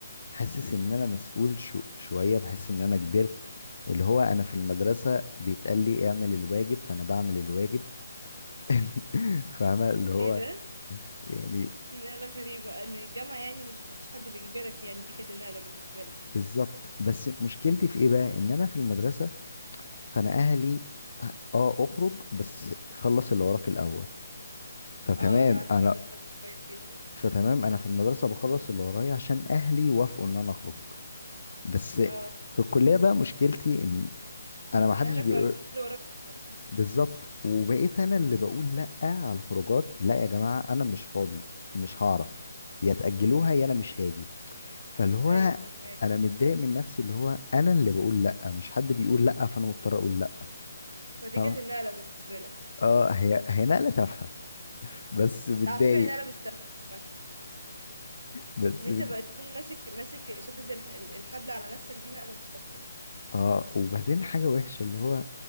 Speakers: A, on the left; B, on the right.
A: حاسس ان انا مسؤول شو شويه بحس ان انا كبرت اللي هو انا في المدرسه بيتقال لي اعمل الواجب فانا بعمل الواجب <laughs> فاهمه اللي هو
B: ايه ده
A: يعني
B: دي نقله غريبه ان الجامعه يعني مش مفيش حد بيجبرك يعني دي كانت النقله بالنسبه لك
A: بالظبط بس مشكلتي في ايه بقى ان انا في المدرسه فانا اهلي اه اخرج بس خلص اللي وراك الاول فتمام
B: اه انا عارفه
A: انا
B: الجمله دي كويس جدا
A: فتمام انا في المدرسه بخلص اللي ورايا عشان اهلي وافقوا ان انا اخرج بس
B: اه
A: في الكليه بقى مشكلتي ان انا ما
B: ان
A: حدش
B: اهلك
A: بيقول
B: ما يعرفوش ايه اللي وراك اصلا
A: بالظبط وبقيت انا اللي بقول لا على الخروجات لا يا جماعه انا مش فاضي مش هعرف يا تاجلوها يا انا مش هاجي فاللي هو
B: ايوه فاهماك
A: انا متضايق من نفسي اللي هو انا اللي بقول لا مش حد بيقول لا فانا مضطر اقول لا
B: فدي
A: فاهم
B: كانت النقله بالنسبه لك
A: اه هي هي نقله تافهه <laughs> بس متضايق
B: على فكره النقله مش تافهه عامه
A: بس
B: ان انت
A: مت...
B: بقى تكون ماسك ماسك شدد الح- الحبل على نفسك دي نقله مش تافهه
A: اه وبعدين حاجة وحشة اللي هو